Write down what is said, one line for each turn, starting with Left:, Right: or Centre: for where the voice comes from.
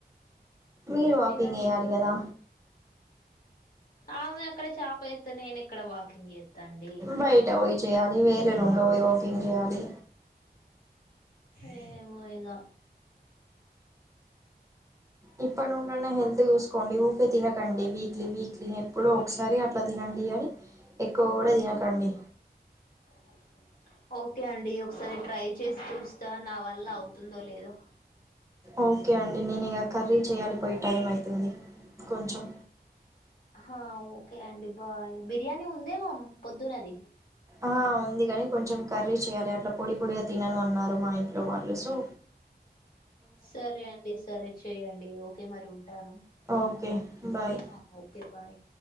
Right: మీరు వాకింగ్
Left: ఇగ
Right: ఎయ్యాలి కదా
Left: ఆమె అక్కడ చప ఎత్తే నేను ఇక్కడ వాకింగ్ చేత్తండి
Right: బయట పోయి చేయాలి వేరే రూమ్లో పోయి వాకింగ్ చేయాలి
Left: ఏమో ఇగ
Right: ఇప్పుడి నుండన్న హెల్త్ చూసుకోండి ఊకె తినకండి వీక్లీ వీక్లీ ఎప్పుడో ఒకసారి అట్లా తినండి డి గని ఎక్కువ కూడా తినకండి
Left: <inaudible> ఓకే అండి ఒకసారి ట్రై చేసి చూస్తా నా వల్ల అవుతుందో లేదో
Right: ఓకే అండి నేను ఇగ కర్రీ చేయాలిపోయి టైమ్ అవుతుంది కొంచెం
Left: ఆ ఓకే అండి బాయ్ బిర్యానీ ఉందే మం పొద్దునది
Right: ఆ ఉంది కాని కొంచెం కర్రీ చేయ్యాలి అట్లా పొడి పొడిగా తినను అన్నారు మా ఇంట్లో వాళ్ళు సూ
Left: సరే అండి సరే చెయ్యండి ఓకే మరి ఉంటాను.
Right: ఓకే బాయ్
Left: హ ఓకే బాయ్